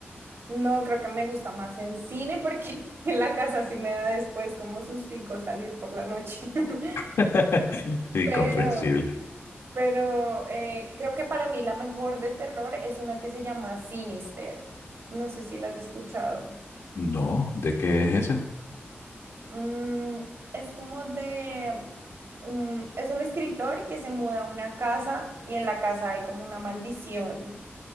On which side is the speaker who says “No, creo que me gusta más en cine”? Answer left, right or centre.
Right